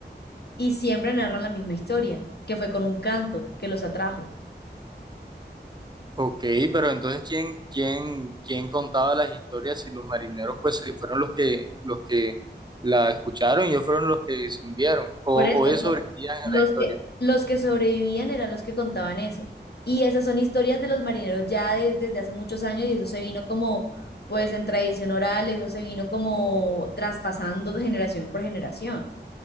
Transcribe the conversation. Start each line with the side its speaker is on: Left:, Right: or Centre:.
Left: y siempre narran la misma historia, que fue con un canto que los atrajo.
Right: Ok, pero entonces ¿quién, quién, quién contaba las historias si los marineros pues eh, fueron los que los que la escucharon y ellos fueron los que se hundieron o,
Left: Por
Right: o
Left: eso
Right: ellos
Left: no,
Right: sobrevivían
Left: los
Right: en la historia?
Left: que, los que sobrevivían eran los que contaban eso. Y esas son historias de los marineros ya de- desde hace muchos años y eso se vino como, pues en tradición oral, eso se vino como traspasando de generación por generación.